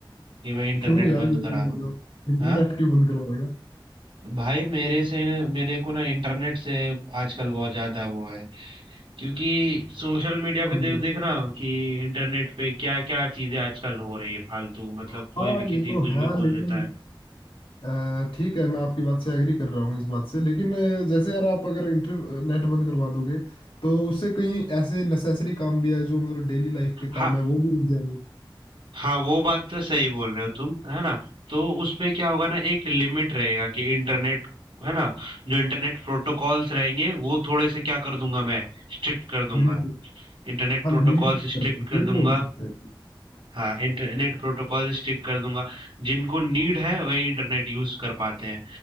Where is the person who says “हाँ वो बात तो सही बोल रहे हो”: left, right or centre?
Right